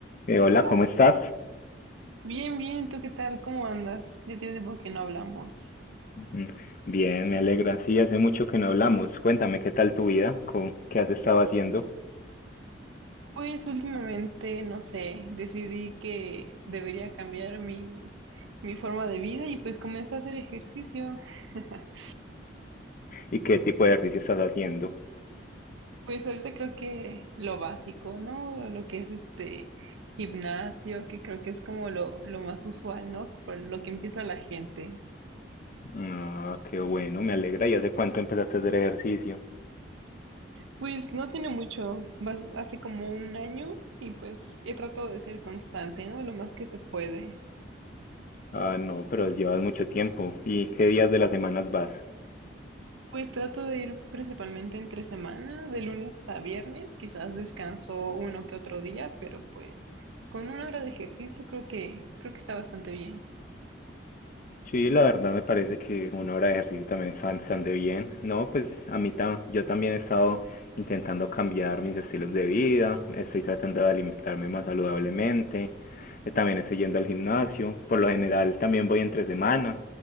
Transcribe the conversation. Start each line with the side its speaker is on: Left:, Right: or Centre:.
Left: Eh, hola,
Right: Hola,
Left: ¿cómo estás?
Right: bien, bien, ¿tú qué tal? ¿Cómo andas? Ya tiene tiempo que no hablamos.
Left: Mm, Bien, me alegra. Sí, hace mucho que no hablamos. Cuéntame qué tal tu vida, ¿Con- qué has estado haciendo
Right: Pues últimamente, no sé, decidí que debería cambiar mi, mi forma de vida y pues comencé a hacer ejercicio. <laughs>
Left: y qué tipo de ejercicio estás haciendo.
Right: Pues ahorita creo que lo básico, ¿no? Lo que es este gimnasio, que creo que es como lo, lo más usual, ¿no? Por lo que empieza la gente.
Left: Ah, qué bueno, me alegra. ¿Y hace cuánto empezaste a hacer ejercicio?
Right: Pues no tiene mucho, vas- hace como un año y pues he tratado de ser constante, ¿no? Lo más que se puede.
Left: Ah, no, pero llevas mucho tiempo. ¿Y qué días de las semanas vas?
Right: Pues trato de ir principalmente entre semana, de lunes a viernes, quizás descanso uno que otro día, pero pues con una hora de ejercicio creo que creo que está bastante bien.
Left: Sí, la verdad me parece que una hora de ejercicio también está bastante bien. No, pues a mí tam- yo también he estado intentando cambiar mis estilos de vida, estoy tratando de alimentarme más saludablemente, eh, también estoy yendo al gimnasio, por lo general también voy entre semana